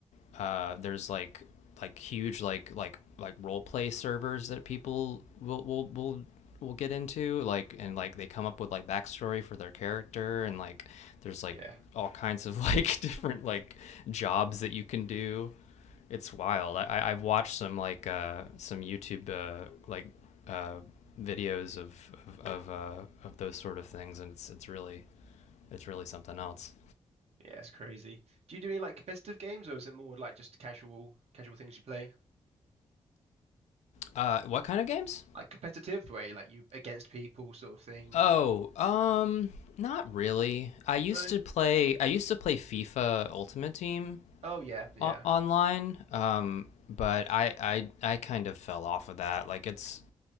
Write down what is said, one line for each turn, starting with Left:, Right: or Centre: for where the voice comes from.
Left: uh, there's like like huge like like like role play servers that people will will will will get into like and like they come up with like backstory for their character and like there's like
Right: Yeah,
Left: all kinds of <laughs> like different like jobs that you can do. It's wild. I- I, have watched some like uh, some YouTube uh, like uh, videos of of of, uh, of those sort of things, and it's it's really it's really something else.
Right: yeah, it's crazy. Do you do any like competitive games, or is it more like just casual casual things you play?
Left: Uh, what kind of games?
Right: like competitive way, like you against people sort of thing?
Left: Oh, um, not really. I used
Right: No?
Left: to play. I used to play FIFA Ultimate Team
Right: Oh yeah, yeah.
Left: o- online, um, but I, I I kind of fell off of that. Like it's